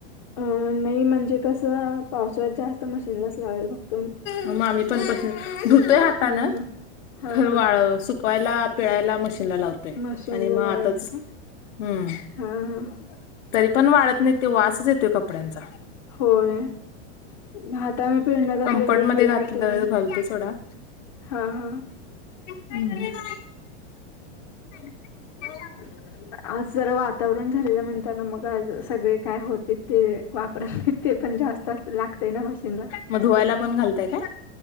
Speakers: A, on the left; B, on the left.
A: अ नाही म्हणजे कसं पावसाळ्यात जास्त मशीनलाच लावावेल बघ.
B: मगम्ही पण प धुतय हाता
A: हम्म
B: ना
A: हम्म हा
B: खर
A: हा
B: वाळ सु शिकवायला पिळायला मशीनला लावतोय
A: मशीनला
B: आणि मग
A: लावायचं
B: आताच.
A: का
B: हम्म
A: हा हा.
B: तरी पण वाढत नाही ते वासच येतो कपड्यांचा.
A: होय घ प्रेरण्यात
B: कम्फर्ट
A: आपल्याला
B: मध्ये
A: हे
B: घातलं
A: होते म्ह
B: घालतोय सोडा
A: हा हा.
B: हम्. <inaudible>
A: <unintelligible> आज जरा वातावरण झालेलं म्हणताना मग आज सगळे काय होते ते वापरा ते पण जास्तच लागतेय ना मशीनला
B: मग धुवायला पण घालतय का?